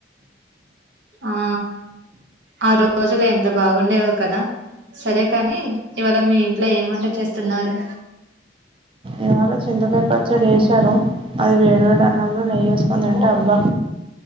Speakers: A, on the right; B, on the right.
A: ఆ ఆ రోజులు ఎంత బాగుండేవో కదా సరే కాని ఇవాళ మీ ఇంట్లో ఏ వంట చేస్తున్నారు.
B: ఇవాళ చింతకాయ పచ్చడి చేశారు. అది వేడివేడి అన్నంలో నెయ్యేసుకోని తింటె అబ్బా